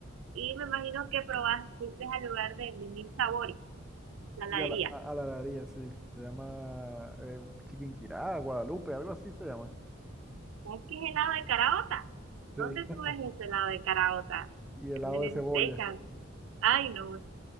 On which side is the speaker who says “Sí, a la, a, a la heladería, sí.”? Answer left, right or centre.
Centre